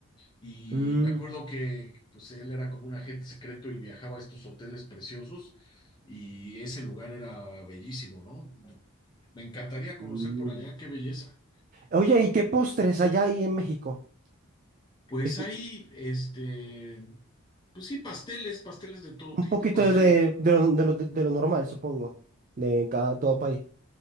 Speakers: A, on the left (about 20°); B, on the right (about 40°).
A: Y
B: Mm,
A: me acuerdo que pues él era como un agente secreto y viajaba a estos hoteles preciosos y ese lugar era bellísimo, ¿no? Me encantaría conocer
B: mm.
A: por allá, qué belleza.
B: Oye, ¿y qué postres allá hay en México?
A: Pues
B: Este,
A: hay, este, pues sí, pasteles, pasteles de todo tipo,
B: Un poquito
A: pastel,
B: de, de lo, de lo- de lo normal, supongo, de cada todo país.